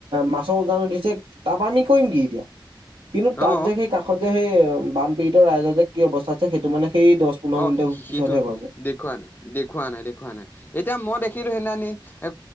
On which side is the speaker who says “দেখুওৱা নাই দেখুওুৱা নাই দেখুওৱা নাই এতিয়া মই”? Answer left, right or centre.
Left